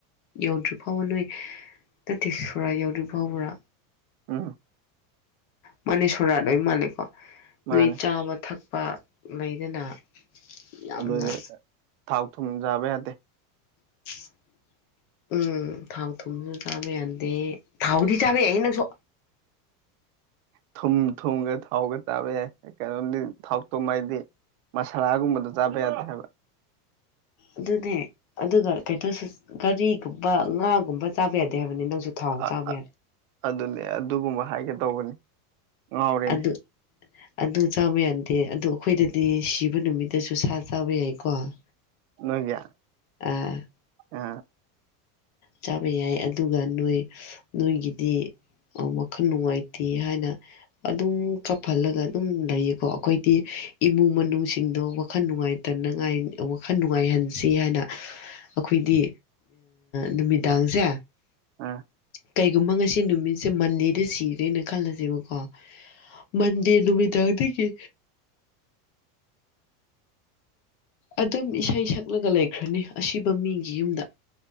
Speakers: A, on the left; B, on the right.
A: ꯌꯧꯗ꯭ꯔꯤ ꯐꯥꯎꯕ ꯅꯣꯏ ꯇꯇꯦꯁꯣꯔꯥ ꯌꯎꯗ꯭ꯔꯤ ꯐꯥꯎꯕ꯭ꯔꯥ
B: <unintelligible>
A: ꯃꯥꯟꯅꯦ ꯁꯣꯔꯥꯠ ꯂꯣꯏ ꯃꯥꯟꯅꯩꯀꯣ
B: ꯃꯥꯅꯦ
A: ꯅꯣꯏ ꯆꯥꯕ ꯊꯛ ꯄꯥꯛ ꯂꯩꯗꯅ ꯌꯥꯝꯅ
B: ꯑꯗꯨꯗꯤ ꯊꯥꯎ ꯊꯨꯝ ꯆꯥꯕ ꯌꯥꯗꯦ
A: <inaudible> ꯎꯝ ꯊꯥꯎ ꯊꯨꯝꯁꯨ ꯆꯥꯕ ꯌꯥꯗꯦ ꯊꯥꯎꯗꯤ ꯆꯥꯕ ꯌꯥꯏ ꯅꯪꯁꯨ
B: ꯊꯨꯝ ꯊꯨꯝꯒ ꯊꯥꯎꯒ ꯆꯥꯕ ꯌꯥꯏ ꯀꯩꯅꯣꯝꯗꯤ ꯊꯥꯎꯇꯣ ꯃꯥꯏꯗꯤ ꯃꯁꯥꯂꯥꯒꯨꯝꯕꯗꯣ ꯆꯥꯕ ꯌꯥꯗꯦ ꯍꯥꯏꯕ
A: ꯑꯗꯨꯅꯦ ꯑꯗꯨꯒ ꯀꯩꯅꫭꯁꯨ ꯉꯥꯔꯤꯒꯨꯝꯕ ꯉꯥꯒꯨꯝꯕ ꯆꯥꯕ ꯌꯥꯗꯦ ꯍꯥꯏꯕꯅꯤ ꯅꯪꯁꯨ ꯊꯥꯎ
B: ꯑ
A: ꯆꯥꯝ <unintelligible>
B: ꯑ ꯑꯗꯨꯅꯦ ꯑꯗꯨꯒꯨꯝꯕ ꯍꯥꯏꯒꯦ ꯇꯧꯕꯅꯤ ꯉꯥꯎꯔꯦꯅꯦ
A: ꯑꯗꯨꯗ ꯑꯗꯨ ꯆꯥꯕ ꯌꯥꯗꯦ ꯑꯗꯨꯗ ꯑꯩꯈꯣꯏꯗꯗꯤ ꯁꯤꯕ ꯅꯨꯃꯤꯠꯇꯁꯨ ꯁꯥ ꯆꯥꯕ ꯌꯥꯏꯀꯣ <unintelligible>
B: ꯅꯣꯏꯒꯌꯥ
A: ꯑꯥ
B: ꯑ
A: ꯆꯥꯕ ꯌꯥꯏ ꯑꯗꯨꯒ ꯅꯣꯏ ꯅꯣꯏꯒꯤꯗꯤ ꯋꯥꯈꯜ ꯅꯨꯡꯉꯥꯏꯇꯦ ꯍꯥꯏꯅ ꯑꯗꯨꯝ ꯀꯞꯍꯜꯂꯒ ꯑꯗꯨꯝ ꯂꯩꯌꯦꯀꯣ ꯑꯩꯈꯣꯏꯗꯤ ꯏꯃꯨꯡ ꯃꯅꯨꯡꯁꯤꯡꯗꯣ ꯋꯥꯈꯜ ꯅꯨꯡꯉꯥꯏ ꯇꯅꯉꯥꯏ ꯋꯥꯈꯜ ꯅꯨꯡꯉꯥꯏꯍꯟꯁꯤ ꯍꯥꯏꯅ ꯑꯩꯈꯣꯏꯗꯤ ꯅꯨꯃꯤꯗꯥꯡꯁꯦ
B: ꯑꯥ
A: ꯀꯩꯒꯨꯝꯕ ꯉꯁꯤ ꯅꯨꯃꯤꯠꯁꯦ ꯃꯟꯗꯦꯗ ꯁꯤꯔꯦꯅ ꯈꯜꯂꯁꯦꯕꯀꯣ ꯃꯟꯗꯦ ꯅꯨꯃꯤꯠꯗꯥꯗꯒꯤꯗꯒꯤ ꯑꯗꯨꯝ ꯏꯁꯩ ꯁꯛꯂꯒ ꯂꯩꯈ꯭ꯔꯅꯤ ꯑꯁꯤꯕ ꯃꯤꯒꯤ ꯌꯨꯝꯗ